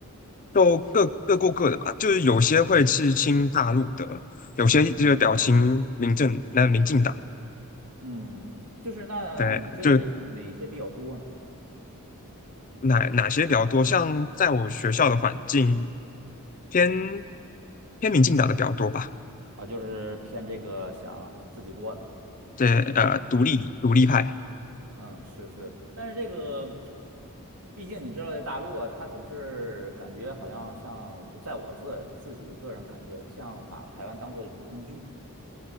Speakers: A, on the left; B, on the right.
A: 都各各过各的吧，就是有些会是亲大陆的，有些就是比较亲民政，
B: 嗯
A: 那民进党，
B: 嗯，就是那你觉得哪哪些比较多呢？
A: 对，就哪哪些比较多，像在我学校的环境，偏偏民进党的比较多吧，
B: 啊，就是偏这个想自己过的，
A: 对，呃，独立独立派，
B: 嗯，是是，但是这个，毕竟你知道，在大陆啊，他总是感觉好像像我在我自自己个人感觉，像把台湾当做一种工具，